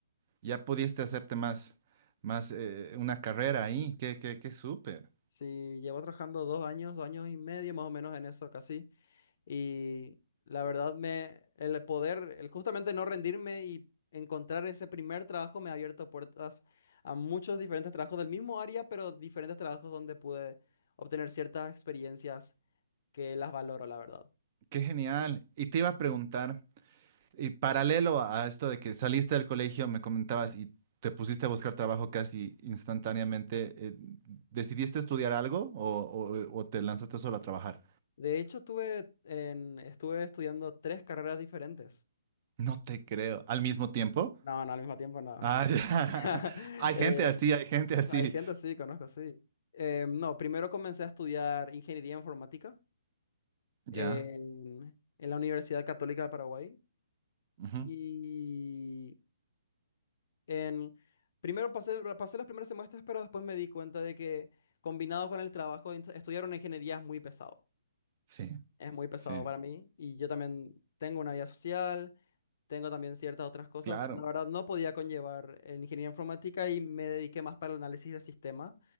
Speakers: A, on the right; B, on the left.
A: Ya pudiste hacerte más, más eh, una carrera ahí. Qué, qué, qué súper.
B: Sí, llevo trabajando dos años, dos años y medio más o menos en eso casi. Y la verdad, me, el poder, el justamente no rendirme y encontrar ese primer trabajo me ha abierto puertas a muchos diferentes trabajos del mismo área, pero diferentes trabajos donde pude obtener ciertas experiencias que las valoro, la verdad.
A: Qué genial. Y te iba a preguntar. Y paralelo a esto de que saliste del colegio, me comentabas y te pusiste a buscar trabajo casi instantáneamente, eh, ¿decidiste estudiar algo o, o- o te lanzaste solo a trabajar?
B: De hecho, tuve en, estuve estudiando tres carreras diferentes.
A: No te creo. ¿Al mismo tiempo?
B: No, no, al mismo tiempo no.
A: Ah, <laughs> ya.
B: <laughs>
A: Hay
B: Eh,
A: gente así, hay gente así.
B: hay gente, sí, conozco, sí. Eh, no, primero comencé a estudiar ingeniería informática. en,
A: Ya.
B: en la Universidad Católica de Paraguay.
A: ujú.
B: Y en, primero pasé, pasé los primeros semestres, pero después me di cuenta de que combinado con el trabajo, int- estudiar una ingeniería es muy pesado.
A: Sí,
B: Es muy pesado
A: sí,
B: para mí. Y yo también tengo una vida social, tengo también ciertas otras cosas.
A: claro.
B: La verdad, no podía conllevar en ingeniería informática y me dediqué más para el análisis de sistemas,